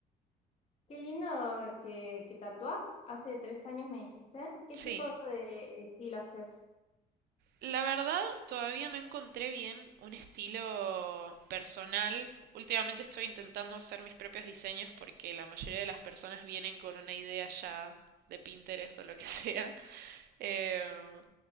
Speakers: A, on the left; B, on the right.
A: Qué lindo que, que tatuás. Hace tres años me dijiste. ¿Qué
B: Sí.
A: tipo de estilo haces?
B: La verdad, todavía no encontré bien un estilo personal. Últimamente estoy intentando hacer mis propios diseños porque la mayoría de las personas vienen con una idea ya de Pinterest o lo que <laughs> sea. Eh,